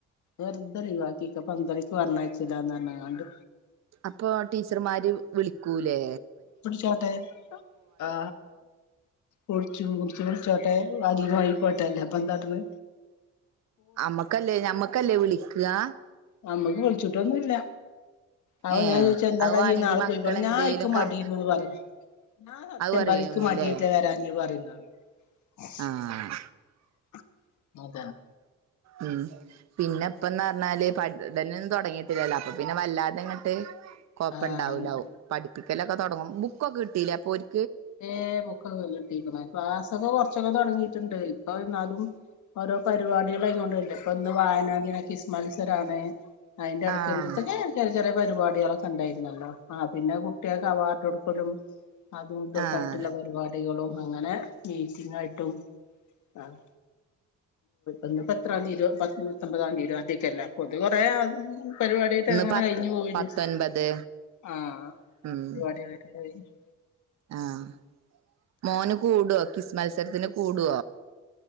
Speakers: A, on the left (about 70°); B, on the right (about 60°).
A: വെർതെ ലീവാക്കെക്കാ പന്തളിക്ക് പർഞ്ഞയ്ച്ച്‌ലാന്ന് പർണാണ്ട്
B: അപ്പൊ ടീച്ചറ്മാര് വിളിക്കൂലെ
A: വിൾച്ചോട്ടെ ആ വുൾച്ചും വുൾച്ച് വുൾച്ചോട്ടെ <unintelligible> പോട്ടെ അല്ലാപ്പം എന്താട്ട്ണ്
B: അമ്മക്കല്ലേ ഞമ്മക്കല്ലേ വിളി ക്കാ
A: നമ്മക്ക് വിൾച്ചിട്ടൊന്നുയില്ല അപ്പം
B: ഏ
A: ഞാൻ ചോയിച്ച് എന്താടാ
B: അത് വേണെങ്കി
A: നീ നാളെ
B: മക്കളെന്തേലും
A: പോയി പറിം ഞാൻ ഇക്ക് മടിയെന്നുന്ന്
B: കം
A: പറിം ഞാൻ സത്യം
B: അത് പറയുന്നില്ലേ
A: പറിം ഇക്ക് മടിയായിട്ടാ വെരാഞ്ഞേ പറിംന്ന് പറഞ്ഞു <unintelligible>
B: ആഹ് ഉം പിന്നെ ഇപ്പന്നാ ന്നാല് പഠനെന്നും തെടങ്ങിട്ടില്ലല്ലോ അപ്പം പിന്നെ വല്ലാതാങ്ങട്ട് കൊഴ്പ്പണ്ടാവുലാവും
A: ആ
B: പഠിപ്പിക്കാലൊക്കെ തൊട്ങ്ങു ബു ഒക്കെ കിട്ടിലെ അപ്പ ഓര്
A: യെ ബുക്കൊക്കെ കിട്ടിക്ക്ണ് ക്ലാസ്സൊക്കെ കൊർ ച്ചക്കെ തൊടങ്ങീട്ടിണ്ട് ഇപ്പം എന്നാലും ഓരോ പരിപാടികളായ്ങ്ങോണ്ടല്ലേ ഇപ്പന്ന് വായനാ ദിന കിസ് മത്സരാണ് അതിന്റെ എടക്ക്
B: ആഹ്
A: എത്തൊക്കെ ചെറിയ ചെറിയ പര് പാട്യാളൊക്കെ ഇണ്ടായിരുന്നല്ലോ ആ പിന്നെ കുട്ട്യാൾക്ക് അവാർഡ് കൊടുക്കലും അതു
B: ആഹ്
A: തായിട്ടുള്ള പരിപാടികളും അങ്ങനെ മീറ്റിങ്ങായിട്ടും ആഹ് ഇന്നിപ്പത്രാം തീ ഇരുപത്തി ത്തൊമ്പതാന്തി ഇരുവ <unintelligible> കൊറേ അ പരിപാടിയായിട്ട്
B: ഇന്ന്
A: അങ്ങനെ
B: പ
A: കയിഞ്ഞു പോയിത്
B: പത്തൊൻപത്
A: സ് ആ
B: ഉം
A: <unintelligible>
B: ആഹ് മോന് കൂടോ കിസ് മത്സരത്തിന് കൂടോ